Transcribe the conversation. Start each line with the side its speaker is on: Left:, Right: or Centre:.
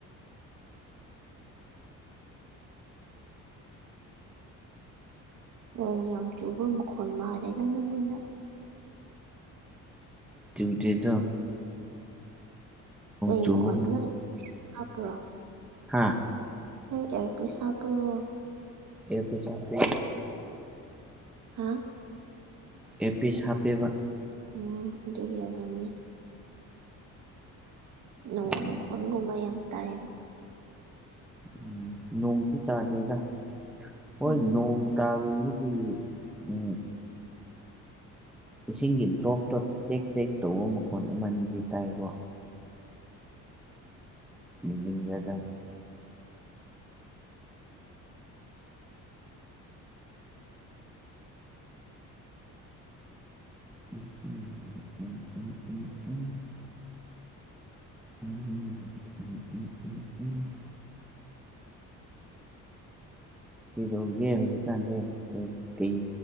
Right: ꯅꯣꯡ ꯌꯥꯝ ꯆꯨꯕ ꯃꯈꯣꯟꯜ ꯃꯥꯜꯂꯦꯗ ꯅꯪꯉꯣꯟꯗ
Centre: ꯭ꯌꯨꯗꯤꯤꯗꯣ
Right: ꯀꯩ
Centre: ꯆꯨꯕ
Right: ꯃꯈꯣꯟ ꯅꯪ ꯍꯥꯞꯄ꯭ꯔꯣ
Centre: ꯍꯥꯥ
Right: ꯅ ꯑꯦꯔ ꯄ ꯁꯥ ꯍꯥꯕ꯭ꯔꯣ
Centre: ꯑꯦ ꯄꯁꯣꯁꯤ
Right: ꯍꯥ
Centre: ꯑꯦ ꯄ ꯁꯥ ꯍꯥꯞꯄꯦꯕ
Right: ꯎꯝ ꯑꯗꯨꯒꯤ ꯑꯣꯏꯔꯝꯃꯅꯦ ꯅꯣꯡ
Centre: ꯎꯝ
Right: ꯃꯈꯣꯟꯜꯒꯨꯝꯕ ꯌꯥꯝ ꯇꯥꯏꯑꯕ
Centre: ꯎꯝ ꯅꯣꯡꯗꯤ ꯇꯥꯗꯦꯗ ꯍꯣꯏ
Right: ꯎꯝ
Centre: ꯅꯣꯡ ꯒꯃꯀꯤ ꯎ ꯏꯁꯤꯡꯒꯤ ꯗ꯭ꯔꯣꯞꯇꯣ ꯇꯦꯛ ꯇꯦꯛ ꯇꯧꯕ ꯃꯈꯣꯟ ꯑꯃꯅꯤ ꯑꯅꯤꯗꯤ ꯇꯥꯏꯀꯣ ꯅꯤꯡꯕꯗ ꯎꯝ ꯎꯝ ꯎꯝ ꯎꯝ ꯎꯝ ꯎꯝ ꯎꯝ ꯎꯝ ꯎꯝ ꯀꯗꯧꯔꯤꯒꯦ ꯍꯧꯖꯤꯛꯀꯥꯟꯗꯤ ꯀꯩ